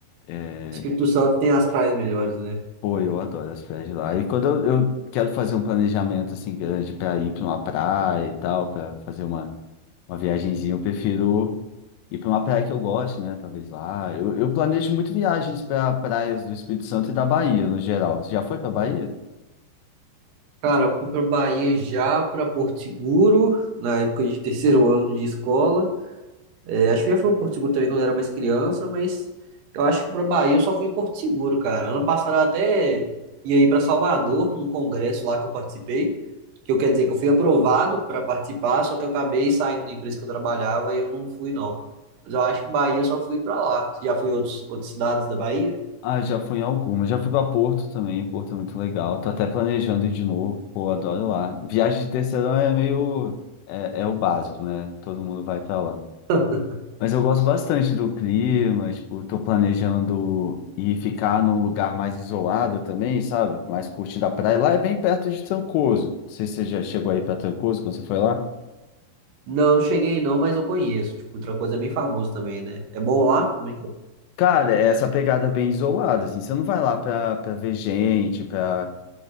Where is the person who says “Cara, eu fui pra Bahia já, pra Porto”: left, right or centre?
Right